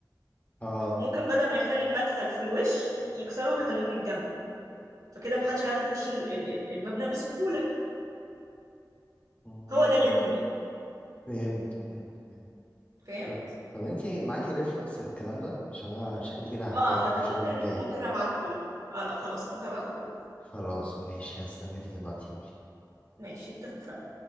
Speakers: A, on the left; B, on the right.
A: اه
B: ممكن بدل ما يخلي المدخل في الوش يكسره ويخليه من الجنب فكده محدش هيعرف يخش ال- ال- ال- المبنى بسهولة
A: مم،
B: هو ده الانتماء
A: فهمت فهمت فهمت
B: فاهم
A: طب طب انت معاكي ريفرنس للكلام ده عشان انا شكلي كده هحتاجه
B: اه عامة
A: في
B: ممكن
A: شغلي الجاي
B: ممكن ابعتهولك اه لا خلاص ممكن ابعتهولك
A: خلاص ماشي هستناك تبعتيهولي
B: ماشي اتفقنا